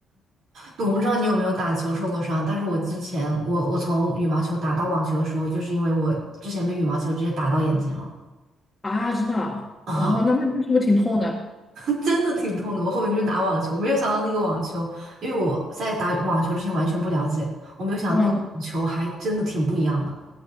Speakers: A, on the right; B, on the left.
A: 对，我不知道你有没有打球受过伤，但是我之前我我从羽毛球打到网球的时候，就是因为我之前被羽毛球直接打到眼睛了
B: 啊，真的啊哦，
A: 啊，
B: 那那那是不是挺痛的？
A: <laughs> 真的挺痛的。我后面去打网球，没有想到那个网球，因为我在打网球之前完全不了解，我没有想到那个网球还真的挺不一样的。
B: 嗯